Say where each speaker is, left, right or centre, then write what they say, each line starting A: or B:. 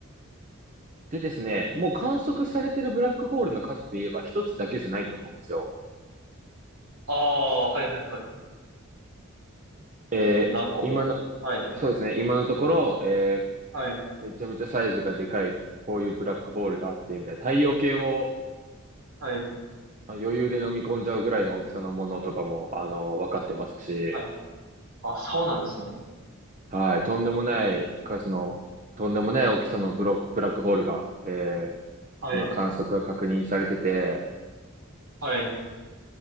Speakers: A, on the right; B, on the right.
A: でですね、もう観測されてるブラックホールの数で言えば一つだけじゃないと思うんですよ。
B: あー、はいはいはい。
A: えー今の、
B: もう何個も。はい。は
A: そうですね、今のところ、えー
B: い。
A: めちゃめちゃサイズがでかい、こういうブラックホールがあって、みたいな、太陽系を
B: はい。
A: まあ余裕で飲み込んじゃうぐらいの大きさのものとかも、あの、分かってますし、
B: はい。あ、そうなんですね。
A: はい、とんでもない数の、とんでもない大きさのブロ、ブラックホールが、えー
B: はい。
A: 今観測が確認されてて、
B: えはい。